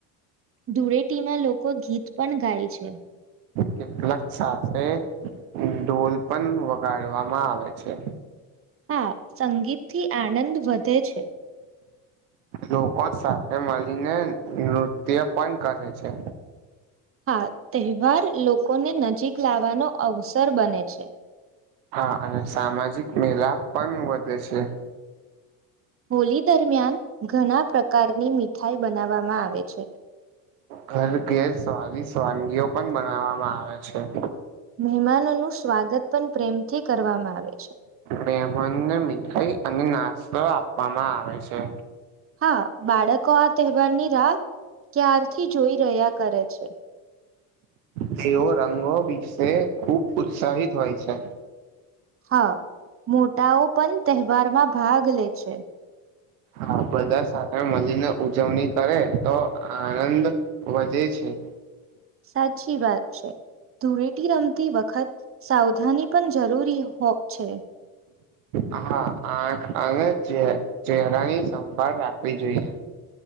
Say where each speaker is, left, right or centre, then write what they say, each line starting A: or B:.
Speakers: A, on the right; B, on the right.
A: ધૂળેટીમાં લોકો ગીત પણ ગાય છે.
B: કેટલાક સાથે ઢોલ પણ વગાડવામાં આવે છે.
A: હા સંગીત થી આનંદ વધે છે.
B: લોકો જ સાથે મળીને નૃત્ય પણ કરે છે.
A: હા તહેવાર લોકોને નજીક લાવવાનો અવસર બને છે.
B: હા અને સામાજિક મેલાપ પન વધે છે.
A: હોલી દરમિયાન ઘણા પ્રકારની મીઠાઈ બનાવવામાં આવે છે.
B: ઘર ઘેર સ્વાદીસ વાનગીઓ પણ બનાવવામાં આવે છે.
A: મહેમાનોનું સ્વાગત પણ પ્રેમથી કરવામાં આવે છે.
B: મેહમાનને મીઠાઈ અને નાસ્તો આપવામાં આવે છે.
A: હા બાળકો આ તહેવારની રાહ ક્યારથી જોઈ રહ્યા કરે છે.
B: તેઓ રંગો વિશે ખુબ ઉત્સાહિત હોય છે.
A: હા મોટાઓ પણ તહેવારમાં ભાગ લે છે.
B: હા બધા સાથે મલીને ઉજવણી કરે તો આનંદ વધે છે.
A: સાચી વાત છે. ધૂળેટી રમતી વખત સાવધાની પણ જરૂરી હો છે.
B: હા આખ અને ચે ચેહરાની સંભાળ રાખવી જોઈએ.